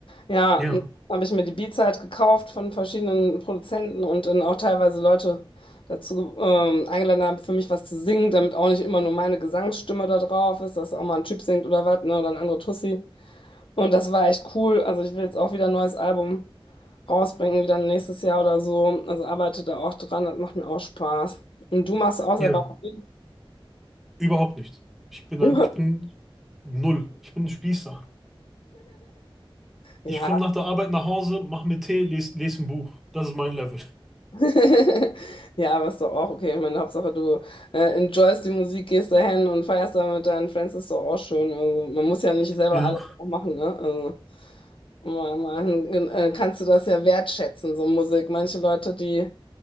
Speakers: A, on the left; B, in the centre.
A: Ja,
B: Ja.
A: habe ich mir die Beats halt gekauft von verschiedenen Produzenten und dann auch teilweise Leute dazu ähm, eingeladen haben, für mich was zu singen, damit auch nicht immer nur meine Gesangsstimme da drauf ist, dass auch mal ein Typ singt oder was, ne, oder ein anderer Tussi. Und das war echt cool. Also ich will jetzt auch wieder ein neues Album rausbringen, wieder nächstes Jahr oder so. Also arbeite da auch dran, das macht mir auch Spaß. Und du machst auch selber
B: Ja,
A: Musik?
B: überhaupt nicht. Ich bin
A: <laughs>
B: ein, ich bin null. Ich bin ein Spießer.
A: Ja.
B: Ich komme nach der Arbeit nach Hause, mache mir Tee, lese les les ein Buch. Das ist mein Level.
A: <laughs> Ja, aber ist doch auch okay. Ich meine, Hauptsache du äh, enjoyst die Musik, gehst dahin und feierst da mit deinen Friends, ist doch auch schön. Also, man muss ja nicht selber
B: Ja,
A: alles auch machen, ne? Also, mal, mal, äh, kannst du das ja wertschätzen, so Musik. Manche Leute, die,